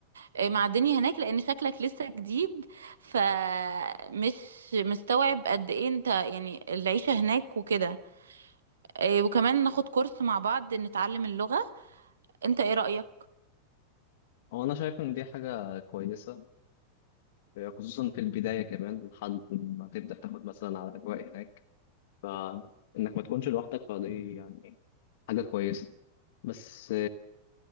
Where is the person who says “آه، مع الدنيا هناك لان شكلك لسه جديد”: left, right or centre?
Right